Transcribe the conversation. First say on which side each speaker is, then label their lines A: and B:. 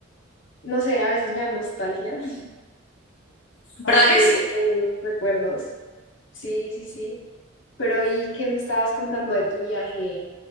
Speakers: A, on the left; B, on the left.
A: no sé, a veces me da nostalgia, <laughs> como
B: ¿Verdad
A: que
B: que sí?
A: tengo buenos recuerdos. Sí, sí, sí. Pero ¿y qué me estabas contando de tu viaje